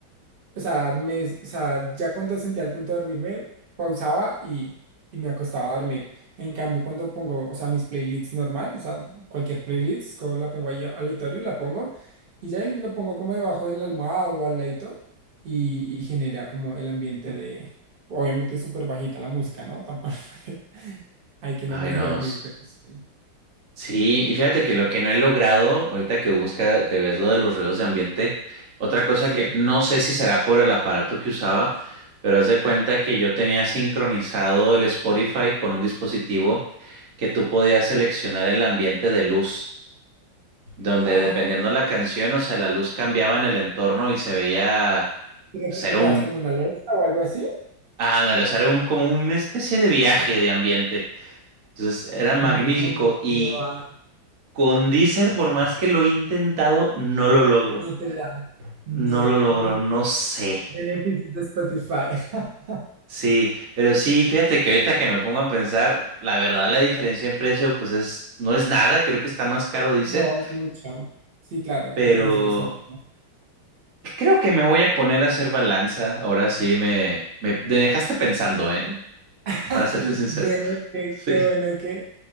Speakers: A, on the right; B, on the right.
A: o sea, me, o sea, ya cuando sentía el punto de dormirme, pausaba y, y me acostaba a dormir. En cambio, cuando pongo, o sea, mis playlists normal, o sea, cualquier playlist, co- la pongo ahí aleatorio, la pongo y ya ahí lo pongo como debajo de la almohada o al ladito y, y genera como el ambiente de, obviamente es súper bajita la música, ¿no? Tampoco <laughs> hay que
B: Ay,
A: no me deje
B: no.
A: dormir, pero sí.
B: Sí, y fíjate que lo que no he logrado, ahorita que busca, que ves lo de los ruidos de ambiente, otra cosa
A: sí.
B: que no sé si será por el aparato que usaba, pero haz de cuenta que yo tenía sincronizado el Spotify con un dispositivo que tú podías seleccionar el ambiente de luz, donde
A: Ay,
B: dependiendo la canción, o sea, la luz cambiaba en el entorno y se veía
A: creo
B: ser
A: que tenías
B: un,
A: como una alerta o algo así.
B: ah, no, era o sea, era un, como una especie de viaje de ambiente. Entonces era magnífico
A: No,
B: y
A: qué va.
B: Con Deezer, por más que lo he intentado, no lo logro.
A: No te da. No.
B: No lo logro,
A: mm,
B: no sé.
A: Beneficios de Spotify. <laughs>
B: Sí, pero sí, fíjate que ahorita que me pongo a pensar, la verdad la diferencia en precio pues es, no es nada, creo que está más caro Deezer,
A: No, es mucho. Sí, claro,
B: pero
A: creo que dices es un poco más.
B: creo que me voy a poner a hacer balanza. Ahora sí me, me, me dejaste pensando, ¿eh?
A: <laughs>
B: Para serte sincero.
A: Bueno, qué,
B: <laughs> Sí.
A: qué bueno que